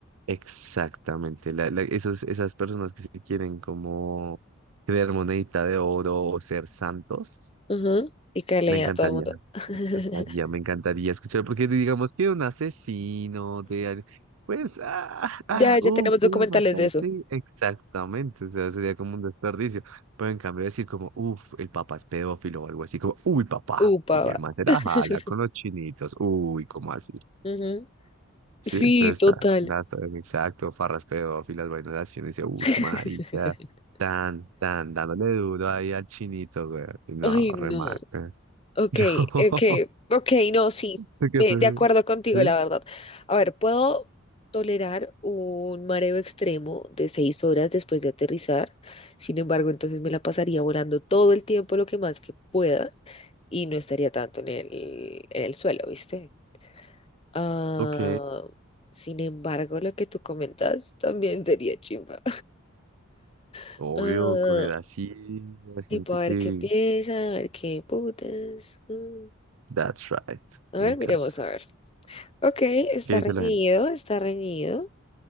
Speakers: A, on the right; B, on the left.
A: Exactamente, la- la- esos, esas personas que se quieren como creer monedita de oro o ser santos,
B: Ujú, Y que le
A: me encantaría,
B: a todo el mundo. <laughs>
A: me encantaría, me encantaría escuchar, porque digamos que un asesino de al- pues, ah, ah,
B: Ya, ya
A: uh,
B: tenemos documentales
A: quiero matar,
B: de eso.
A: sí, exactamente, o sea, sería como un desperdicio, pero en cambio decir como, uff, el papá es pedófilo o algo así, como, uy, papá,
B: Upa,
A: uy,
B: va.
A: el man se la
B: <laughs>
A: jala con los chinitos, uy, como así.
B: Ujú.
A: Sí,
B: Sí,
A: entonces
B: total.
A: está, dato exacto, farraspeo, filas vainas, y uno dice, uff,
B: <laughs>
A: marica, tan, tan, dándole duro ahí al chinito, güey. Y no,
B: Ay,
A: remarca.
B: no.
A: <laughs>
B: Ok,
A: No.
B: ok, ok, no, sí.
A: ¿Tú qué
B: eh,
A: prefieres?
B: De acuerdo contigo,
A: ¿Sí?
B: la verdad. A ver, puedo tolerar un mareo extremo de seis horas después de aterrizar. Sin embargo, entonces me la pasaría volando todo el tiempo lo que más que pueda y no estaría tanto en el, en el suelo, ¿viste? Ah,
A: Ok,
B: sin embargo, lo que tú comentas también sería chimba. <laughs>
A: obvio, coger así, la gente
B: Tipo, a
A: que,
B: ver qué piensan, a ver qué putas. mm.
A: that's right,
B: A ver,
A: me encanta.
B: miremos, a ver. Ok, está
A: ¿Qué dice
B: reñido,
A: la gente?
B: está reñido.